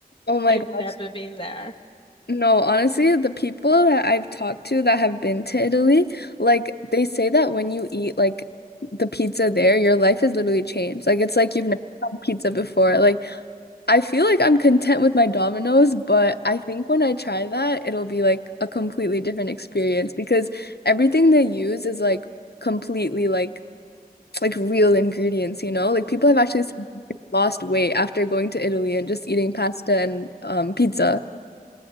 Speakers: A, on the left; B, on the left.
A: Oh my
B: I've
A: gosh.
B: never been there.
A: No, honestly, the people that I've talked to that have been to Italy, like they say that when you eat like the pizza there, your life is literally changed. Like it's like you've never had pizza before. Like I feel like I'm content with my Domino's, but I think when I try that, it'll be like a completely different experience because everything they use is like completely like like real ingredients, you know? Like people have actually s- lost weight after going to Italy and just eating pasta and um pizza.